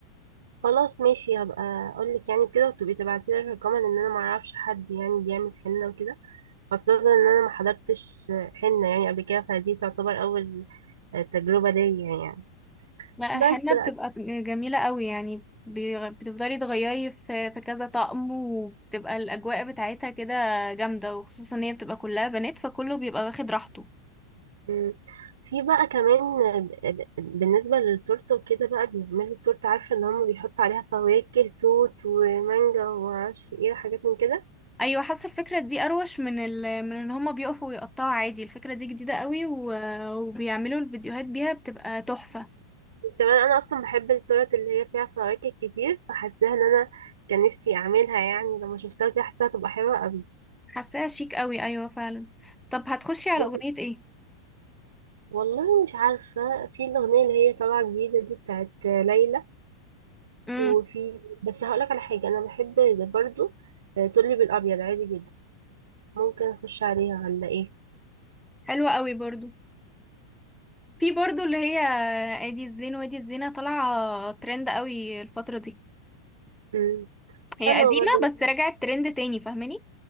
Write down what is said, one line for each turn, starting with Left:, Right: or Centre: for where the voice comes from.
Right: خلاص ماشي هبقى أقولك يعني كده وتبقي تبعتيلي رقما إن أنا معرفش حد يعني بيعمل حنة وكده خاصة إن أنا محضرتش حنة يعني قبل كده فدي تعتبر أول تجربة ليا يعني
Centre: ما
Right: بس
Centre: الحنة بتبقى جميلة قوي يعني بي- بتفضلي تغيري في في كذا طقم وبتبقى الأجواء بتاعتها كده جامدة وخصوصا ان هي بتبقى كلها بنات فكله بيبقى واخد راحته
Right: بقى في بقى كمان ب- ب- بالنسبة للتورتة وكده بقى بيعملوا التورتة عارفة ان هم بيحطوا عليها فواكه توت ومانجا ومعرفش ايه وحاجات من كده
Centre: ايوه حاسة الفكرة دي اروش من ال... من ان هما بيقفوا ويقطعوا عادي الفكرة دي جديدة قوي و... وبيعملوا الفيديوهات بيها بتبقى تحفة
Right: كمان انا اصلا بحب التورت اللي هي فيها فواكه كتير فحاساها ان انا كان نفسي اعملها يعني لما شفتها كده حاساها تبقى حلوة قوي
Centre: حاساها شيك قوي ايوه فعلا طب هتخشي على
Right: بس
Centre: أغنية ايه
Right: والله مش عارفة في الأغنية اللي هي طالعة جديدة دي بتاعت ليلى
Centre: امم
Right: وفي بس هقولك على حاجة أنا بحب برضو تقولي بالأبيض عادي جدا ممكن أخش عليها ولا إيه
Centre: حلوة قوي برضو في برضو اللي هي آه، ادي الزين وادي الزينة طالعة ترند قوي الفترة دي
Right: مم. حلوة
Centre: هي قديمة
Right: برضو
Centre: بس رجعت ترند تاني فاهماني